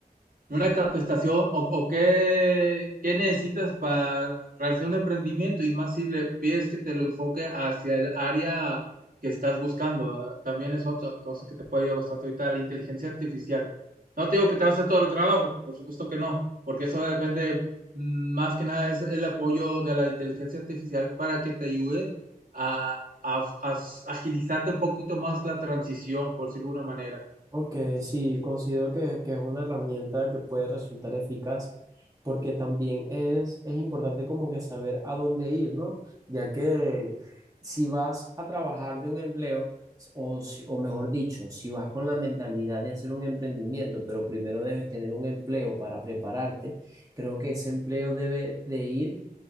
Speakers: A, on the right; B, on the right.
A: una capacitación o, o qué, qué necesitas para realizar un emprendimiento y más si le pides que te lo enfoque hacia el área que estás buscando. ¿verdad? También es otra cosa que te puede ayudar bastante ahorita, la inteligencia artificial. No te digo que te va a hacer todo el trabajo, por supuesto que no, porque eso depende mm, más que nada es el apoyo de la inteligencia artificial para que te ayude a, a a agilizarte un poquito más la transición, por decirlo de alguna manera.
B: Ok, sí, considero que, que es una herramienta que puede resultar eficaz porque también es, es importante como que saber a dónde ir, ¿no? Ya que si vas a trabajar de un empleo, o, si- o mejor dicho, si vas con la mentalidad de hacer un emprendimiento, pero primero debes tener un empleo para prepararte, creo que ese empleo debe de ir